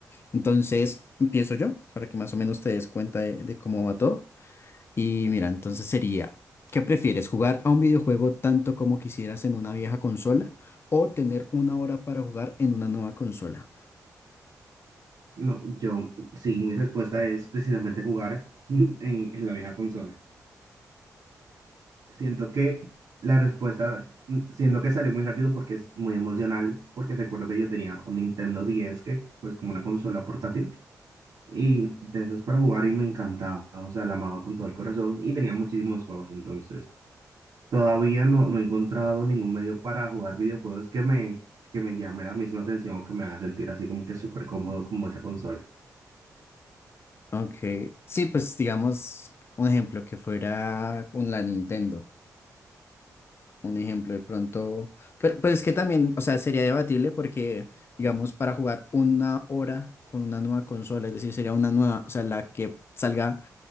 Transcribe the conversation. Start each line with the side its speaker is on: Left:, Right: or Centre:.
Left: Entonces, empiezo yo para que más o menos te des cuenta de, de cómo va todo. Y mira, entonces sería, ¿qué prefieres? ¿Jugar a un videojuego tanto como quisieras en una vieja consola o tener una hora para jugar en una nueva consola?
Right: No, yo, sí, mi respuesta es precisamente jugar <laughs> en, en la vieja consola. Siento que la respuesta, mm, siento que salió muy rápido porque es muy emocional, porque recuerdo que yo tenía un Nintendo 10, que pues como una consola portátil, y de esos para jugar y me encantaba, o sea, la amaba con todo el corazón y tenía muchísimos juegos, entonces todavía no, no he encontrado ningún medio para jugar videojuegos que me, que me llame la misma atención o que me haga sentir así como que súper cómodo como esa consola.
Left: Ok, sí, pues digamos un ejemplo que fuera con la Nintendo. Un ejemplo de pronto, pero, pero es que también, o sea, sería debatible porque, digamos, para jugar una hora con una nueva consola, es decir, sería una nueva, o sea, la que salga,